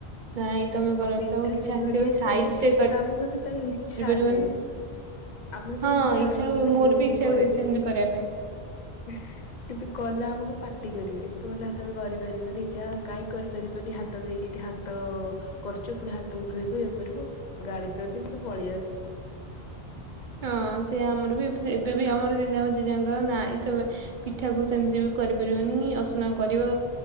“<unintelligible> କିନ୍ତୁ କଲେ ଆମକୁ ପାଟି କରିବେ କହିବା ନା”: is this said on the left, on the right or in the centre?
Left